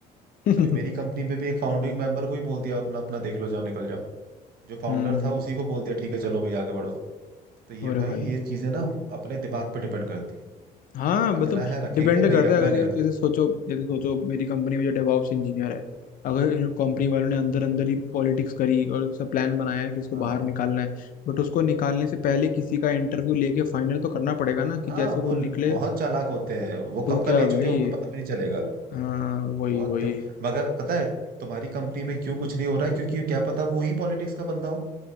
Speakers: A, on the left; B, on the right.
A: <laughs>
B: अभी मेरी कंपनी में भी एक फाउंडिंग मेंबर को ही बोल दिया अपना अपना देख लो जाओ निकल जाओ जो फाउंडर
A: हम्म
B: था उसी को बोल दिया ठीक है चलो भाई आगे बढ़ो तो ये
A: अरे
B: भाई
A: भाई
B: ये चीजें ना अपने दिमाग पर डिपेंड करती है
A: हाँ मतलब
B: रखना है रखेंगे
A: डिपेंड
B: नहीं
A: करता
B: रखना
A: है अगर
B: है,
A: जैसे
B: नहीं रखेंगे
A: जैसे सोचो जैसे सोचो मेरी कंपनी में जो डेवॉप्स इंजीनियर है अगर कंपनी वालों ने अंदर अंदर ही पॉलिटिक्स करी और सब प्लान बनाया है कि इसको
B: हाँ
A: बाहर निकालना है बट उसको निकालने से
B: हम्म।
A: पहले किसी का इंटरव्यू लेके फाइनल तो करना पड़ेगा ना कि
B: हाँ
A: जैसे
B: वो
A: वो निकले
B: ल- बहुत चालाक होते हैं वो
A: तो
B: कब
A: क्या
B: का ले
A: है
B: चुके
A: भाई
B: होंगे पता भी नहीं चलेगा
A: हाँ वही
B: बहुत
A: वही
B: मगर पता है तुम्हारी कंपनी में क्यों कुछ नहीं हो रहा है क्योंकि क्या पता वो ही पॉलिटिक्स का बंदा हो